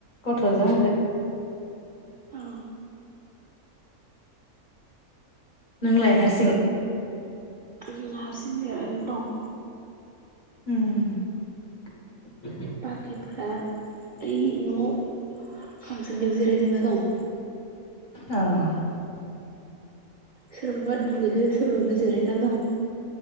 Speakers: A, on the left; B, on the right.
A: गथ'जों आंजों
B: औ
A: नोंलाय हारसिं
B: उम हारसिं जेराना दं
A: उम
B: बाखिफ्रा एै न'आव खामसालियाव जिरायजोबना दं
A: अह
B: सोरबाबा दुगैदो सोरबाबा जिरायना दं।